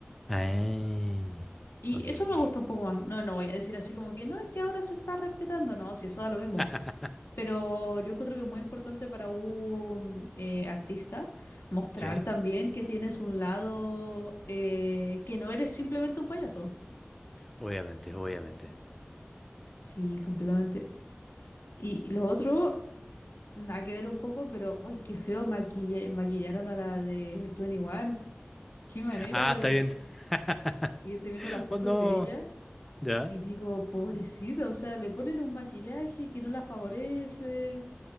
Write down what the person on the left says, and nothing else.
Y
eso
me gusta un poco más. No, no voy a decir así como que no, es que ahora se está respetando, no, si eso da lo mismo.
Pero yo creo que es muy importante para un eh, artista mostrar
también que tienes un lado eh, que no eres simplemente un payaso.
Sí, completamente. Y y lo otro Nada que ver un poco, pero ¡ay, qué feo maquilla- maquillaron a la de 21! ¡Qué manera
de...!
Y estoy viendo las fotos
de ella
y digo, pobrecita, o sea, le ponen un maquillaje que no la favorece.